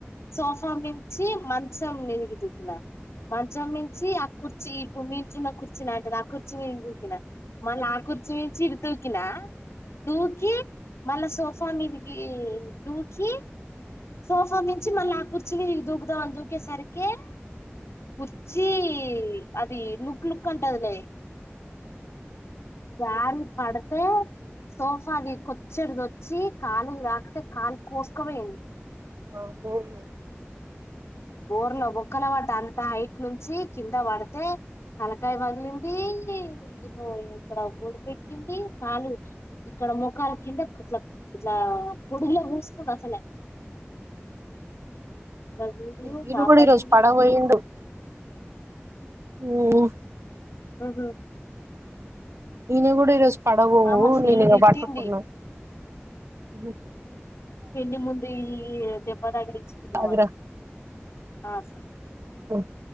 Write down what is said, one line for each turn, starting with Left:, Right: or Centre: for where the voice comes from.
Left: సోఫా మించి మంచం మీదికి దూకినా మంచం మించి ఆకుర్ ఇప్పుడు మీ ఇంట్ల ఉన్న కుర్చీ లాంటిద కుర్చీ మీదకి దూకిన మళ్ళా ఆ కుర్చీ నుంచి ఇటు దూకి కినా దూకి మళ్ళా సో ఫా మీదకి దూకి సోఫా మించి మళ్ల ఆ కుర్చీ మీదకి దూకుదం అని దూకేసరికిే కుర్చీ అది లుక్ లుక్ అంటదిలే జారి పడతే సోఫాది కొ చ్చడిదొచ్చి కాలు రాకతే కాలు కోస్త <unintelligible>
Right: <unintelligible>
Left: బోర్లో బొక్కల పడ్డ అంత హైట్ నుంచి కింద పడితే తలకాయ పగిలింది ఎన్నో ఇక్కడ బొడిపె ఎక్కింది కాలు ఇక్కడ ముఖాలు కింద ఇట్లా ఇట్లా పొడిలో కూస్తుంది అసలే చూడు
Right: వీడు
Left: మా అమ్మాయి
Right: కూడా ఈరోజు
Left: ఏంది
Right: పడ పోండు మ్మ్
Left: ఉహు
Right: ఇని కూడా ఈ రోజ్ పదభోవు
Left: మా అమ్మ ఫుల్
Right: నేను ఇడా
Left: తిట్టింది
Right: పాటుకున్నా అ
Left: <unintelligible> ముందు ఈ దెబ్బదాగిలిచ్చుకుందామనే
Right: ఆగురా
Left: అ సార్
Right: ఓ